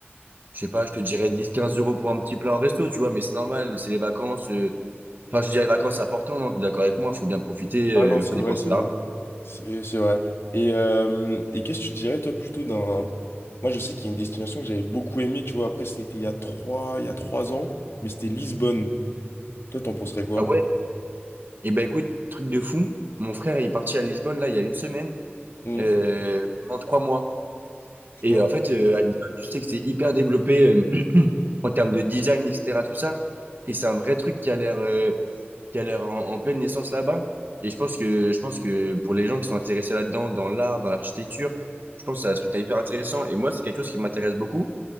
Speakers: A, on the right (about 45°); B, on the left (about 70°).
A: je sais pas, je te dirais 10-15 euros pour un petit plat en resto, tu vois, mais c'est normal, c'est les vacances, euh, enfin, je veux dire, les vacances, c'est important, non, t'es d'accord avec moi, faut bien profiter, euh,
B: Ah non, c'est
A: faut dépenser
B: vrai, c'est
A: de
B: vrai.
A: l'argent.
B: C'est c'est vrai. Et, euh, et qu'est-ce que tu dirais, toi, plutôt d'un... Moi, je sais qu'il y a une destination que j'avais beaucoup aimée, tu vois. Après, c'était il y a trois, il y a trois ans, mais c'était Lisbonne. Toi, t'en penserais quoi?
A: Ah ouais? Eh ben écoute, truc de fou, mon frère il est parti à Lisbonne, là, il y a une semaine,
B: Hum,
A: euh, pendant trois mois.
B: Putain.
A: Et euh, en fait, euh, à Lisbonne, tu sais que c'est hyper développé euh, <clears throat> en termes de design, etc. Tout ça. Et c'est un vrai truc qui a l'air euh, qui a l'air en, en pleine naissance là-bas. Et je pense que je pense que pour les gens qui sont intéressés là-dedans, dans l'art, dans l'architecture, je pense que c'est un truc hyper intéressant. Et moi, c'est quelque chose qui m'intéresse beaucoup.